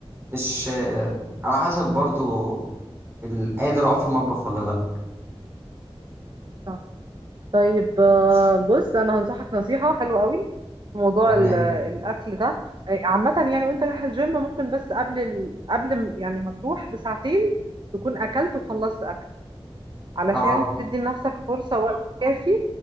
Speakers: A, on the right; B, on the right.
A: مش على حسب برضو ال- قادر أقف في المطبخ ولا لأ
B: صح طيب آه،
A: بس.
B: بص انا هنصحك نصيحه حلوه قوي في موضوع
A: تمام
B: ال- الاكل ده آه، عامه يعني وانت رايح الجيم ممكن بس قبل ال... قبل م- يعني ما تروح بساعتين تكون اكلت وخلصت اكل علشان
A: أه
B: تدي لنفسك فرصه وقت كافي